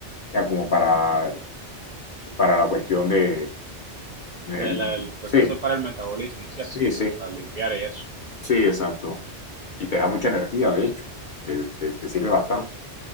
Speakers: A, on the left (about 50°); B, on the right (about 60°).
A: ya como para, para la cuestión de... el-
B: De la- el- creo
A: sí,
B: que eso es para el metabolismo, ¿cierto?
A: sí,
B: Como
A: sí,
B: para limpiar y eso.
A: sí, exacto. Y te da mucha energía, de hecho. Te, te- te sirve bastante.